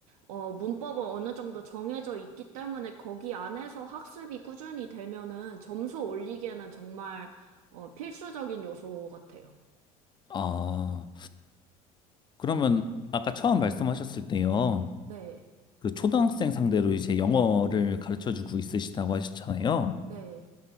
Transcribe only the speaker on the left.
아, 그러면 아까 처음 말씀하셨을 때요.
그 초등학생 상대로 이제 영어를 가르쳐 주고 있으시다고 하셨잖아요.